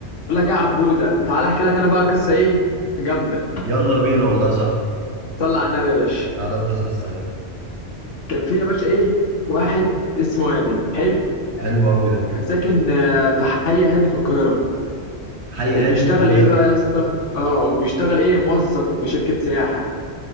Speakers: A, on the left (about 90°); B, on the right (about 65°).
A: بقول لك إيه يا عبوده تعالى احكي لك انا بقى قصه ايه جامده
B: يلا بينا والله يا صاحبي
A: صلى على النبي يا باشا
B: على أفضل صوت السلام
A: كان في يا باشا ايه واحد اسمه ادم حلو
B: حلو قوي ده
A: كان ساكن آه، في حي هادي في القاهره
B: حي
A: وبيشتغل
B: هادي في القاهرة
A: ايه بقى يا اسطى اه وبيشتغل ايه موظف في شركه سياحه